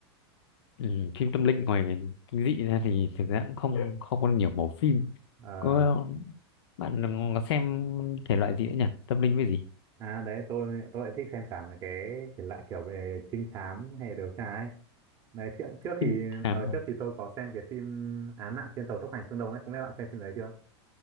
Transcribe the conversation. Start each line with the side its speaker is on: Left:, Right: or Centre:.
Left: ừ, phim tâm linh ngoài về kinh dị ra thì thực ra cũng không không có nhiều mẫu phim
Right: ờ,
Left: có bạn xem thể loại gì nữa nhỉ tâm linh với gì
Right: à đấy tôi tôi lại thích xem cả mấy cái thể loại kiểu về trinh thám hay điều tra ấy đấy trước trước thì
Left: trinh thám
Right: ờ,
Left: à
Right: trước thì tôi có xem cái phim Án mạng trên tàu tốc hành phương Đông ấy không biết bạn xem phim đấy chưa